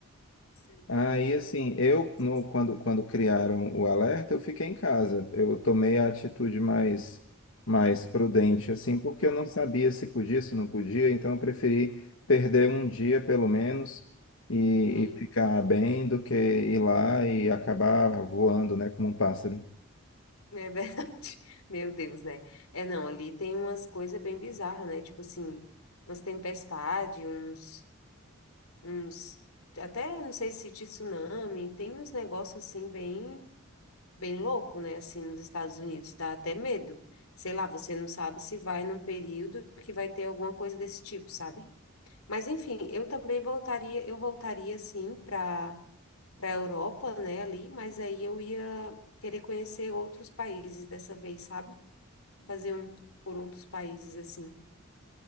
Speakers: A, on the left; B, on the left.
A: sim,
B: Aí,
A: fica
B: assim,
A: nessa,
B: eu,
A: né? Sensação
B: no, quando, quando criaram o alerta, eu fiquei em casa. Eu tomei a atitude mais, mais prudente, assim,
A: cautelosa.
B: porque eu não sabia se podia, se não podia, então eu preferi perder um dia, pelo menos, e,
A: Sim,
B: e ficar bem, do que ir lá e acabar voando, né, como um pássaro.
A: é verdade. <laughs> Meu Deus, né? É, não, ali tem umas coisas bem bizarras, né? Tipo assim, umas tempestades, uns, uns, até não sei se de tsunami, tem uns negócios assim bem. bem louco, né? Assim, nos Estados Unidos, dá até medo. Sei lá, você não sabe se vai num período que vai ter alguma coisa desse tipo, sabe? Mas enfim, eu também voltaria, eu voltaria sim para para Europa, né, ali, mas aí eu ia querer conhecer outros países dessa vez, sabe? Fazer um tour por outros países assim.